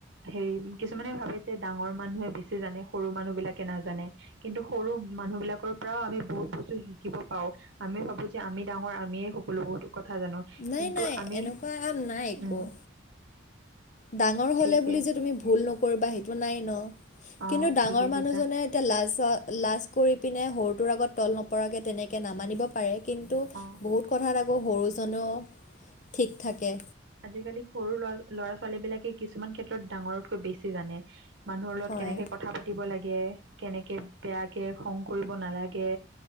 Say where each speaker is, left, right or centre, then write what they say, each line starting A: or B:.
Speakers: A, on the right; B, on the left.
A: হেৰি কিছুমানে ভাবে যে, ডাঙৰ মানুহে বেছি জানে সৰু মানুহ বিলাকে নাজানে কিন্তু সৰু মানুহ বিলাকৰ পৰাও আমি বহুত বস্তু শিকিব পাও। আমি ভাবো যে আমিও ডাঙৰ আমিয়ে সকলো বোৰ কথা জানো
B: নাই
A: কিন্তু
B: নাই
A: আমি
B: এনেকুৱা নাই একো
A: উম
B: ডাঙৰ হ'লে
A: ঠিকে
B: বুলি যে তুমি ভুল নকৰিবা, সেইটো নাই ন
A: অ
B: কিন্তু ডাঙৰ
A: ঠিকে
B: মানুহজনে
A: কৈছা
B: এতিয়া লাজ, লাজ কৰি পিনে সৰুটোৰ আগত তল নপ পৰাকে তেনেকে নামানিব পাৰে কিন্তু
A: অ
B: বহুত কথাত আক আকৌ সৰুজনো ঠিক থাকে
A: আজিকালি সৰু ল'ৰা, ল'ৰা ছোৱালী বিলাকে কিছুমান ক্ষেত্ৰত ডাঙৰতকৈ বেছি জানে মানুহৰ লগত
B: হয়
A: কেনেকে কথা পাতিব লাগে কেনেকে বেয়াকে খং কৰিব নালাগে